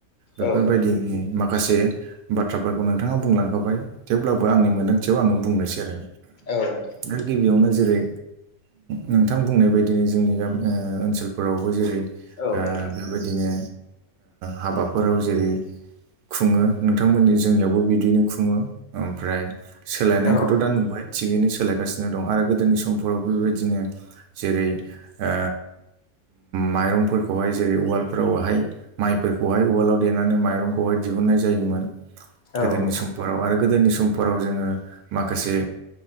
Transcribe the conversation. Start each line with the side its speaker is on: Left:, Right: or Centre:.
Right: बेफोरबायदिनि
Left: औ नोंथां
Right: माखासे बाथ्राफोरखौ नोंथाङा बुंलांखाबाय थेवब्लाबो आंनि मोन्दांथियाव आङो बुंनोसै आरो।
Left: औ नोंथां
Right: दा गिबियावनो जेरै नोंथां बुंनाय बायदिनो जोंनि गामि ओनसोलफोरावबो जेरै
Left: औ नोंथां
Right: बेबायदिनो हाबाफोराव जेरै खुङो नोंथांमोननि जोंनियावबो बिदिनो खुङो ओमफ्राय सोलायनायखौथ'
Left: औ
Right: दा नुबाय थिगैनो सोलायगासिनो दं आरो गोदोनि समफोराव बेबायदिनो जेरै ओ माइरंफोरखौहाय जेरै उवालफोरावहाय माइफोरखौहाय उवालाव देनानै माइरंखौहाय दिहुननाय जायोमोन गोदोनि
Left: औ नोंथां
Right: समफोराव आरो गोदोनि समफोराव जोङो माखासे